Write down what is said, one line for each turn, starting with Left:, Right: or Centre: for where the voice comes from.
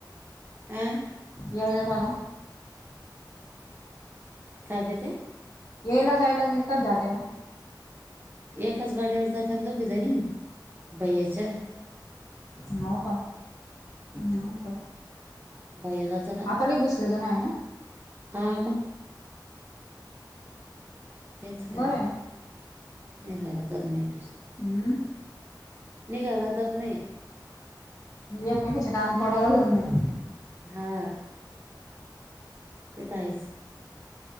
Right: आ
Left: यायला जायला
Right: काय देते
Left: यायला जायला नाही कच जाते मग
Right: एकाच गाडीवर जात्या ना दोघीज नी भईया च्या
Left: म हो का म हो का
Right: भैया जातो ना
Left: आता लई घुसले जाण आहे ना
Right: हा मग त्यांच काय
Left: बरं
Right: हाय
Left: आहे ना
Right: नाही घरा जमनी दिस
Left: हम्म
Right: नीघला दम नाही
Left: एकमेकीचे कान तोडायला दम नाही
Right: हा ते तर हाय च